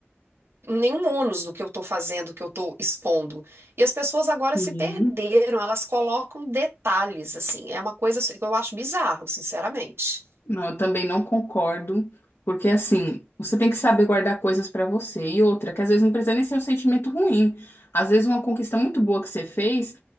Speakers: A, on the right; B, on the left.
A: nenhum ônus do que eu estou fazendo, do que eu estou expondo. E as pessoas agora
B: sim.
A: se perderam, elas colocam detalhes, assim. É uma coisa que eu acho bizarro, sinceramente.
B: Não, eu também não concordo, porque assim, você tem que saber guardar coisas pra você. E outra, que às vezes não precisa nem ser um sentimento ruim. Às vezes uma conquista muito boa que você fez